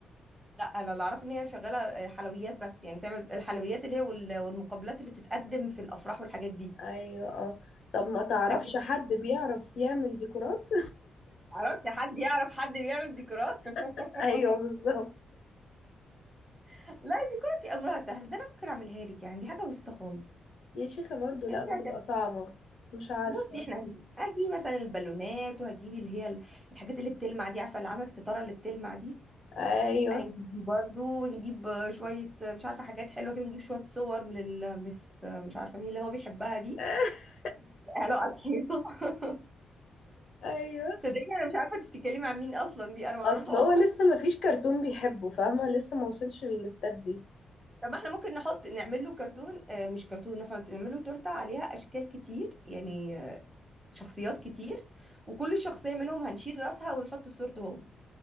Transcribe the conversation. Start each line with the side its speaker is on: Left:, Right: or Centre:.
Right: لا انا اللي اعرفه ان هي شغاله آه، حلويات بس يعني تعمل الحلويات اللي هي وال- والمقبلات اللي بتتقدم في الافراح والحاجات دي
Left: ايوه اه طب ما تعرفش
Right: لكن
Left: حد بيعرف يعمل ديكورات
Right: عرفتي حد يعرف حد بيعمل ديكورات
Left: <laughs>
Right: <laughs>
Left: ايوه بالظبط
Right: لا ديكورات دي امرها سهل ده انا ممكن اعملها لك يعني دي حاجه بسيطه خالص
Left: يا شيخه برضو
Right: يعني
Left: لا
Right: انت
Left: بتبقى
Right: هتعملي
Left: صعبه مش عارفه
Right: بصي احنا هن- هتجيبي مثلا البالونات وهتجيبي اللي هي ال- الحاجات اللي بتلمع دي عارفه اللي عامله الستاره اللي بتلمع دي
Left: ايوه
Right: هنجيب برضه ونجيب شوية مش عارفة حاجات حلوة كده نجيب شوية صور من المس مش عارفة مين اللي هو بيحبها دي
Left: <laughs>
Right: <laughs> قالوا على الحيطة <laughs>
Left: ايوه
Right: صدقني أنا مش عارفة أنت بتتكلمي عن مين أصلا دي أنا معرفهاش
Left: اصل هو لسه
Right: <laughs>
Left: ما فيش كرتون بيحبه فاهمه لسه ما وصلش للاستاد دي
Right: طب ما احنا ممكن نحط نعمل له كرتون آه، مش كرتون نحط نعمل له تورتة عليها أشكال كتير يعني آه، شخصيات كتير وكل شخصية منهم هنشيل راسها ونحط صورته هو